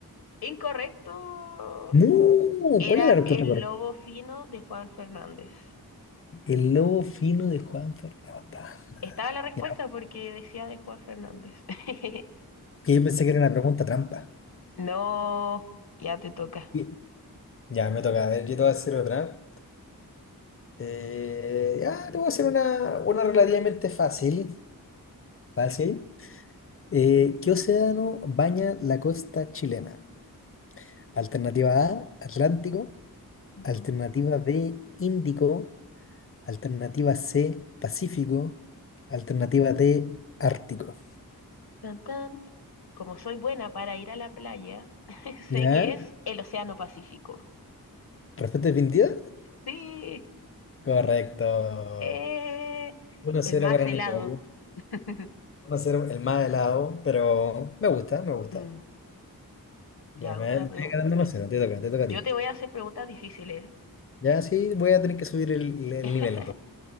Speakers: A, on the left (about 80°); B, on the left (about 35°).
A: Incorrecto.
B: No,
A: Era
B: ¿cuál es la respuesta
A: el
B: correcta?
A: lobo fino de Juan Fernández.
B: El lobo fino de Juan Ferrata. Madre.
A: Estaba la respuesta
B: Ya,
A: porque decía de Juan Fernández. <laughs>
B: que yo pensé que era una pregunta trampa.
A: No, ya te toca.
B: Y- Ya, me toca. A ver, yo te voy a hacer otra. Eh, ya, te voy a hacer una, una relativamente fácil. Fácil. Eh, ¿qué océano baña la costa chilena? Alternativa A, Atlántico.
A: Ujú.
B: Alternativa B, Índico. Alternativa C, Pacífico. Alternativa D, Ártico.
A: Tan, tan. como soy buena para ir a la playa, <laughs> sé
B: ¿Ya?
A: que es el Océano Pacífico.
B: ¿Respuesta definitiva?
A: Sí,
B: Correcto.
A: eh,
B: Uno cero
A: el más
B: para
A: helado.
B: Nicole.
A: <laughs>
B: Uno cero, el más helado, pero me gusta, me gusta.
A: Mm, ya,
B: Ya, me,
A: otra
B: me
A: pregunta.
B: voy ganando 1-0, te toca, te toca
A: Yo
B: a ti.
A: te voy a hacer preguntas difíciles.
B: Ya, sí, voy a tener que subir el, el
A: ¿eh? <laughs>
B: nivel entonces.